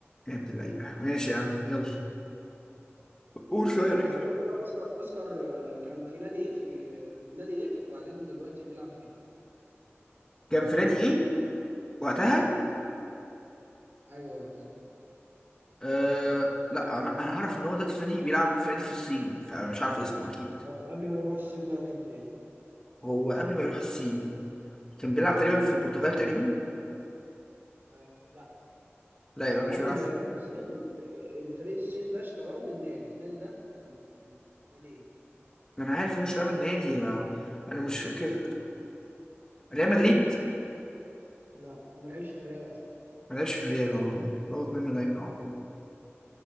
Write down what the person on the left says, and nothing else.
يا ابن اللعيبة ماشي يا عم يلا قول سؤالك
كان فرادي ايه وقتها
آه لا انا انا عارف ان هو دلوقتي فرادي بيلعب فرادي في الصين فمش عارف اسمه اكيد
هو قبل ما يروح الصين كان بيلعب تقريبا في البرتغال تقريبا
لا يبقى مش
بيلعب
في...
ما انا عارف ان هو مش لاعب النادي ما... انا مش فاكر ريال مدريد
ما لعبش في الريال هو بغلط منه دايما على طول